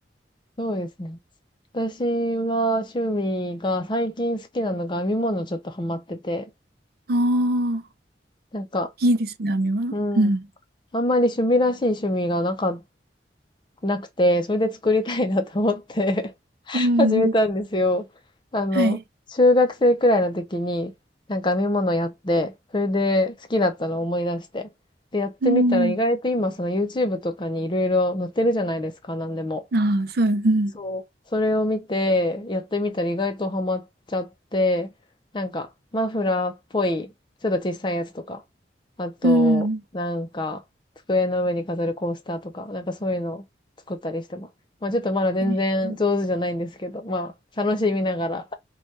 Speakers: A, on the left; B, on the right.
A: そうですね。私は趣味が最近好きなのが編み物ちょっとハマってて、
B: ああ、
A: なんか、
B: いいですね、編み物。
A: うん、
B: うん。
A: あんまり趣味らしい趣味がなか、なくて、それで作りたいなと思って <laughs>
B: うん。
A: 始めたんですよ。あの、
B: はい。
A: 中学生くらいの時に、なんか編み物やって、それで好きだったのを思い出して。で、やってみたら意外と今その
B: うん。
A: YouTube とかにいろいろ載ってるじゃないですか、なんでも。
B: ああ、そう、うん。
A: そう。それを見て、やってみたら意外とハマっちゃって、なんか、マフラーっぽい、ちょっと小さいやつとか、あと、
B: うん。
A: なんか、机の上に飾るコースターとか、なんかそういうのを作ったりしてます。まあちょっとまだ全然上手じゃないんですけど、
B: えー
A: まあ楽しみながら